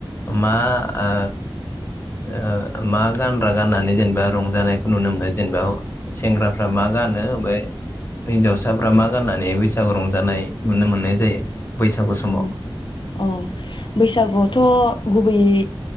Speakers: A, on the left; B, on the left.
A: मा आ आ मा गानग्रा गाननानै जेनेबा रंजानायखौ नुनो मोनो जेनेबा? सेंग्राफ्रा मा गानो ओमफाय हिनजावसाफ्रा मा गाननानै बैसागु रंजानाय नुनो मोननाय जायो। बैसागु समाव
B: अ अ बैसागु थ' गुबैयै